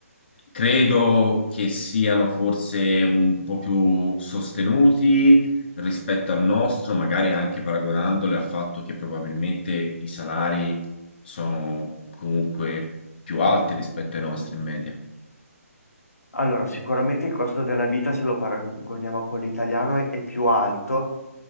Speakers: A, on the left (about 40°); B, on the left (about 80°).
A: Credo che siano forse un po' più sostenuti rispetto al nostro, magari anche paragonandole al fatto che probabilmente i salari sono comunque più alti rispetto ai nostri
B: Mm.
A: in media.
B: Allora, sicuramente il costo della vita, se lo paragoniamo a quello italiano, è, è più alto,